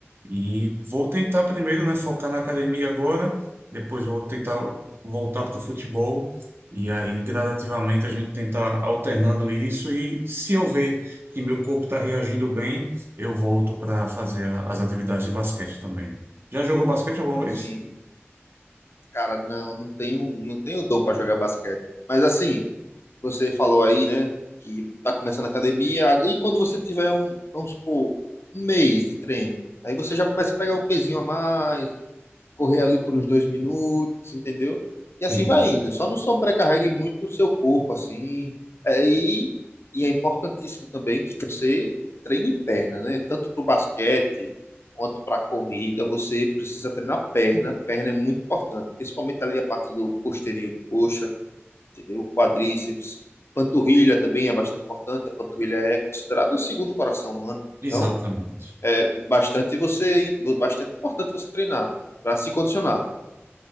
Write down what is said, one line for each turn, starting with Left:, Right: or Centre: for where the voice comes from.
Right: e vou tentar primeiro, né, focar na academia agora, depois vou tentar voltar para o futebol e aí gradativamente a gente tentar alternando isso e se eu ver que meu corpo está reagindo bem, eu volto para fazer a- as atividades de basquete também. Já jogou basquete alguma
Left: Sim,
Right: vez?
Left: sim. Cara, não, não tenho, não tenho dom para jogar basquete. Mas assim. você falou aí, né? Que tá começando a academia. E quando você tiver um, vamos supor, um mês de treino, aí você já começa a pegar um pezinho a mais, correr ali por uns dois minutos, entendeu? E assim
Right: Sim,
Left: vai indo. Só não sobrecarregue muito o seu corpo, assim. É, e, e é importantíssimo também que você treine perna, né? Tanto pro basquete quanto para corrida, você precisa treinar perna. Perna é muito importante, principalmente ali a parte do posterior de coxa entendeu? Quadríceps, panturrilha também é bastante importante. A panturrilha é considerada o segundo coração humano.
Right: exatamente.
Left: Então, é bastante você, bastante importante você treinar para se condicionar.